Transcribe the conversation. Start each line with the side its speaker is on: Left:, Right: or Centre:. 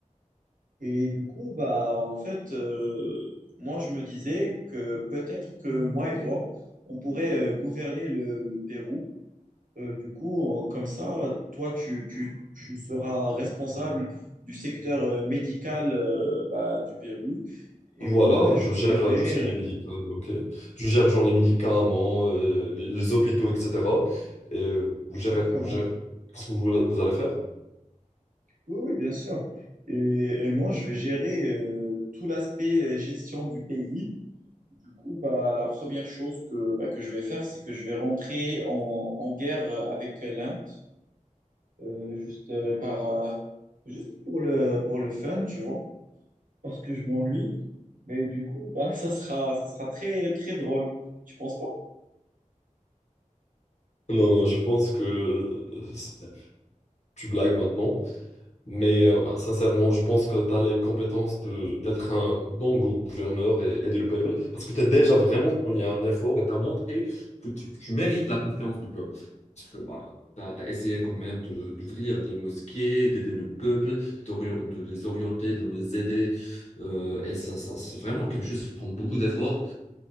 Right: et du coup, bah, en fait, euh, moi, je me disais que peut-être que moi et toi, on pourrait euh, gouverner le, le Pérou Euh, du coup, on- comme ça, toi, tu, tu- tu seras responsable du secteur euh, médical euh, bah, du Pérou et
Left: Voilà,
Right: moi, je
Left: je
Right: serai...
Left: gère euh, tout ce qui
Right: euh,
Left: est médical, ok? Je gère genre les médicaments,
Right: ex-
Left: euh, les, les hôpitaux, etc. Et euh, vous
Right: Exactement.
Left: gérez, vous gérez... Qu'est-ce que vous, vous allez faire?
Right: Oui, oui, bien sûr. Et, et moi, je vais gérer euh, tout l'aspect euh, gestion du pays. Du coup, bah, la première chose que, bah, que je vais faire, c'est que je vais rentrer en, en guerre avec l'Inde, euh, juste, euh, par, euh, juste pour le, pour le fun, tu vois. parce que je m'ennuie. Mais du coup, bah, <laughs> ça sera, ça sera très, très drôle. Tu penses pas?
Left: Non, non, je pense que euh, c'est- tu blagues maintenant. Mais euh, bah, sincèrement, je pense que tu as les compétences de, d'être un bon gouverneur et aider le peuple parce que tu as déjà vraiment fourni un effort et tu as montré que tu, tu mérites la confiance du peuple. Parce que tu as, essayé quand même de- d'ouvrir des mosquées, d'aider le peuple, d'orien- de les orienter, de les aider. Euh, et ça, ça, c'est vraiment quelque chose qui prend beaucoup d'efforts.